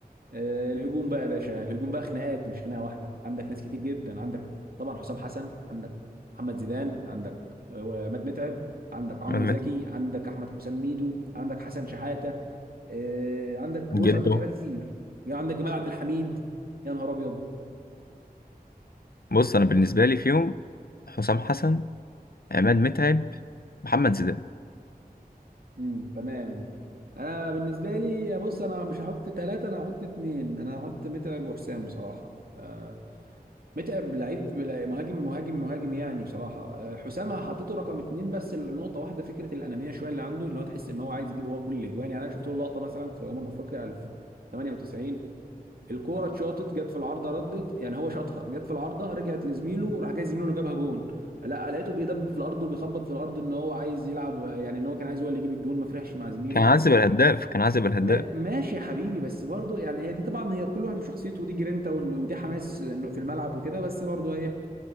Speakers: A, on the right (about 70°); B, on the left (about 70°).
A: آه، الهجوم بقى يا باشا الهجوم بقى خناقات مش خناقه واحده عندك ناس كتير جدا عندك طبعا حسام حسن عندك محمد زيدان عندك آه، عماد متعب عندك عمرو
B: عماد
A: زكي
B: متعب
A: عندك احمد حسام ميدو عندك حسن شحاته آه، عندك بص
B: جده
A: عندك لعيبه كتير يعني عندك جمال عبد الحميد يا نهار ابيض
B: بص انا بالنسبه لي فيهم حسام حسن عماد متعب محمد زيدان
A: امم تمام انا بالنسبه لي بص انا مش هحط ثلاثه انا هحط اثنين انا هحط متعب وحسام بصراحه آه، متعب لعيب لع- مهاجم مهاجم مهاجم يعني بصراحه آه، حسام حطيته رقم اتنين بس لنقطه واحده فكره الانانيه شويه اللي عنده ان هو تحس ان هو عايز يجيب هو كل الاجوان يعني انا شفت له لقطه مثلا في امم افريقيا 98 الكوره اتشاطت جت في العارضه ردت يعني هو شاطها جت في العارضه رجعت لزميله راح جاي زميله اللي جابها جون لا لقيته بيدبب في الارض وبيخبط في الارض ان هو عايز يلعب يعني ان هو كان عايز هو اللي يجيب الجون ما فرحش مع زميله
B: كان عازب الهداف كان عازب الهداف
A: ما ماشي يا حبيبي بس برضه يعني هي دي طبعا هي كل واحد وشخصيته ودي جرينتا ون- ودي حماس إنه في الملعب وكده بس برضه ايه